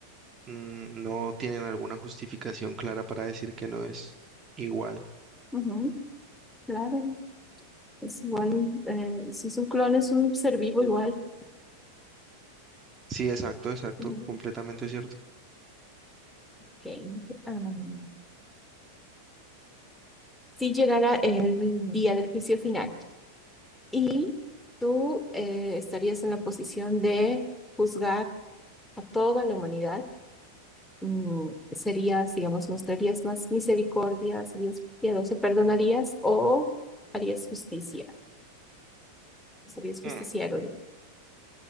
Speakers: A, on the right (about 20°); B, in the centre.
A: mm, no tienen alguna justificación clara para decir que no es igual.
B: ujú, claro. Es igual, un- eh, si es un clon, es un ser vivo igual.
A: Sí, exacto, exacto,
B: Ujú.
A: completamente cierto.
B: Ok. Am, si llegara el día del juicio final y tú eh, estarías en la posición de juzgar a toda la humanidad, mm, serías, digamos, mostrarías más misericordia, serías piadoso, perdonarías o harías justicia, serías justiciero.
A: Mm,
B: de-